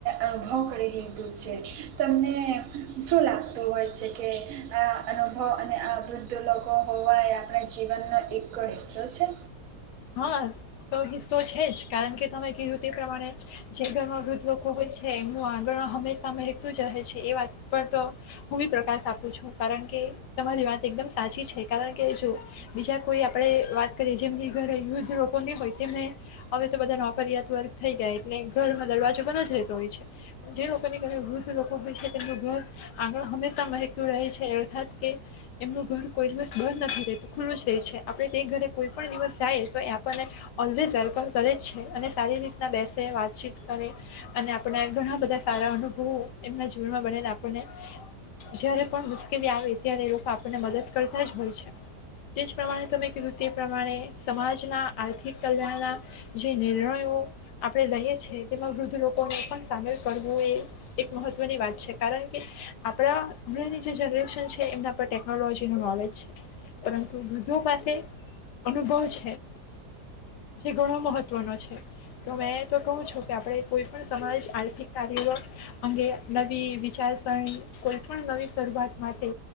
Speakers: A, on the right; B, on the left.
A: અનુભવ કરી લીધું છે તમને શું લાગતું હોય છે કે આ અનુભવ અને આ વૃદ્ધ લોકો હોવાય. અને જીવનનો એક હિસ શ છે.
B: હા. તો હિસ્સો છે જ કારણ કે તમે કીધું તે પ્રમાણે જે ઘરમાં વૃદ્ધ લોકો હોય છે એમનું આંગણ હંમેશા મતું જ રહે છે એ વાત પણ તો હું બી પ્રકાશ આપું છું કારણ કે તમારી વાત એકદમ સાચી છે કારણ કે જો બીજા કોઈ આપડે વાત કરીએ જેમ ઘરે યુદ્ધ લોકોની હોય તેમને હવે તો બધા નોકરિયાત વર્ગ થઈ ગયા એટલે ઘર દરવાજો બંધ જ રહેતો હોય છે જે લોકોની ઘરે વૃુદ્ધ લોકો હોય છે તેમનું ઘર આંગળ હંમેશા મહેક્યું રહે છે અર્થાત કે એમનું ઘર કોઈ દિવસ બંધ નથી રહેતું ખુલ્લું જ થાય છે આપડે તે ઘરે કોઈ પણ દિવસ. જાય તો એ આપણને ઓલવેઝ હેલ્પમ કરે જ છે અને સારી રીતના બેસે વાતચીત કરે અને આપણા ઘણા બધા સારા અનુભવો એમના જીવનમાં બનેને આપણને જ્યારે પણ મુશ્કેલી આવે ત્યારે એ લોકો આપણને મદદ કરતા જ હોય છે તે જ પ્રમાણે તમે કીધું તે પ્રમાણે સમાજના આર્થિક કલ્યાણના જે નિર્ણયો આપણે લઈએ છીએ તેમાં વૃદ્ધ લોકોનો પણ સામેલ કરવો એ એક મહત્ત્વની વાત છે કારણ કે આપણા અણેની જે જનરેશન છે એમના પર ટેકનોલોજીનું નોલેજ છે પરંતુ વૃદ્ધો પાસે અનુભવ છે. જે ઘણો મહત્વનો છે તો તો કહું છો કે આપણે કોઈ પણ સમાજ આર્થિક કાર્ય અંગે નવી વિચારસરણી કોઈ પણ નવી શરૂઆત માટે